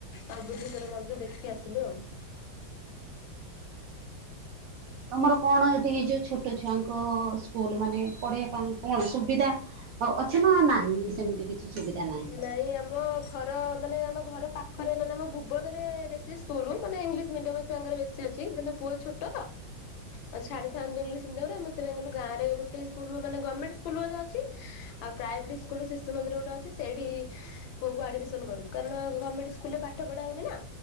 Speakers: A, on the left (about 80°); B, on the right (about 90°).
A: ଆଉଁ ବୁଦ୍ଧେଶ୍ଵର ମନ୍ଦିର ଦେଖିକି ଆସିଲୁ ଆଉ।
B: ତମର କଣ ଏ ଏଇ ଯଉ ଛୋଟ ଛୁଆଙ୍କ ସ୍କୁଲ ମାନେ ପଢ଼େଇବା ପାଇଁ କଣ ସୁବିଧା ଅ ଅଛି ନା ନାଇଁ ସେମିତି କିଛି? ସୁବିଧା ନାହିଁ
A: ନାଇଁ ଆମ ଘର ମାନେ ଆମ ଘର ପାଖରେ ମାନେ ଆମ ଭୁବନରେ ବେଶୀ ସ୍କୁଲ୍ ମାନେ ଇଂଲିଶ ମିଡିୟମ ଛୁଆଙ୍କର ବେଶୀ ଅ ଛି ଯେହେତୁ ପୁଅ ଛୋଟ ଆଉ ଛାଡିଥାନ୍ତୁ ଇଂଲିଶ ମିଡିୟମ ରେ ମତେ <unintelligible> ଗାଁରେ ଗୋଟେ ସ୍କୁଲ ମାନେ ଗମେଣ୍ଟ ସ୍କୁଲ୍ ଅଛି ଆଉ ପ୍ରାଇଭେଟ ସ୍କୁଲ ଶିଶୁ ମନ୍ଧିର ଗୋଟ ଅଛି। ସେଇଠି ପୁଅକୁ ଆଡମିସନ୍ କରୁ କାରଣ ଗମେଣ୍ଟ ସ୍କୁଲରେ ପାଠ ପଢା ହଉନି ନା